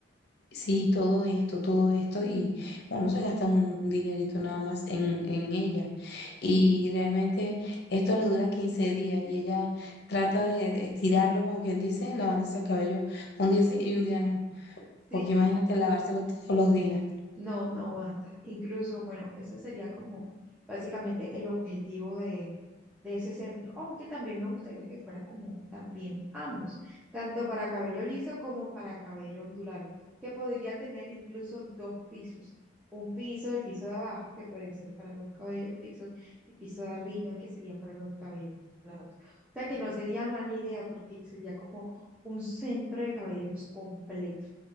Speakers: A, on the left (about 55°); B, in the centre.
A: Sí, todo esto, todo esto, y uno se gasta un dinerito nada más en, en ella. Y realmente esto le dura 15 días y ella trata de estirarlo, como quien dice, lavándose el cabello un día sí y un día no. Porque
B: sí,
A: imagínate lavárselo todos los días.
B: No, no aguanta. Incluso, bueno, ese sería como básicamente el objetivo de, de ese centro, aunque también me gustaría que fuera como también ambos, tanto para cabello liso como para cabello ondulado, que podría tener incluso dos pisos. Un piso, el piso de abajo, que podría ser para los cabellos lisos, el piso de arriba, que sería para los cabellos ondulados. O sea que no sería mala idea porque sería como un centro de cabellos completo.